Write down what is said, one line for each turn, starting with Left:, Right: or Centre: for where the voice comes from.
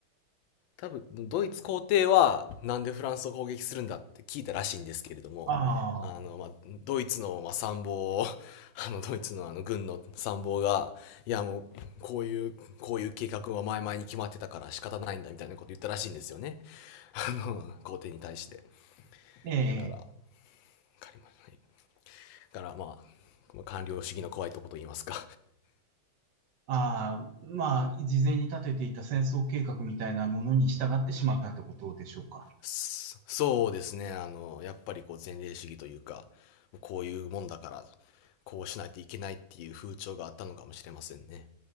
Left: 多分、ドイツ皇帝は、なんでフランスを攻撃するんだって聞いたらしいんですけれども、
Right: あ
Left: あの、
Right: あ、
Left: まあ、ドイツの、まあ、参謀を、あの、ドイツのあの、軍の参謀が、いや、もう、こういう、こういう計画は前々に決まってたから仕方ないんだ、みたいなこと言ったらしいんですよね。あの、皇帝に対して。
Right: ええ。
Left: だから、わかりました。いだから、まあ官僚主義の怖いとこと言いますか。
Right: ああ、まあ、事前に立てていた戦争計画みたいなものに従ってしまったってことでしょうか。
Left: そそうですね。あの、やっぱりこう前例主義というか、こういうもんだから、こうしないといけないっていう風潮があったのかもしれませんね。